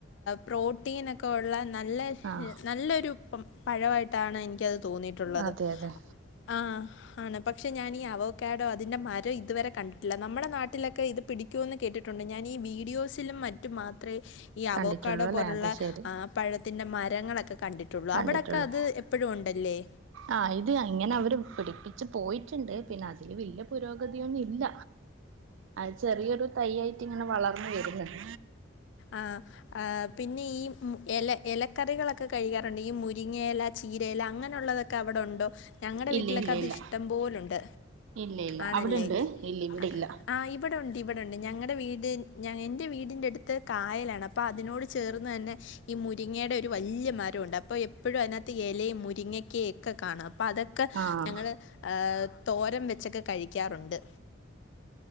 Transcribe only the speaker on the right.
ആഹ്
അതെ അതെ
കണ്ടിട്ടുള്ളൂ അല്ലേ
അത് ശരി
കണ്ടിട്ടുള്ളൂ
ആഹ് ഇത് അങ്ങനെ അവര് പിടിപ്പിച്ച് പോയിട്ടിണ്ട് പിന്നെ അതില് വല്ല്യെ പുരോഗതിയൊന്നു ഇല്ല. അഹ് ചെറിയൊരു തയ്യായിട്ട് ഇങ്ങനെ വളർന്ന് വരുന്ന്ണ്ട്
ഇല്ല
ഇല്ല ഇല്ല
ഇല്ല ഇല്ല
അവിടെണ്ട് ഇല്ല ഇവിടെ
ഇല്ല
ആഹ്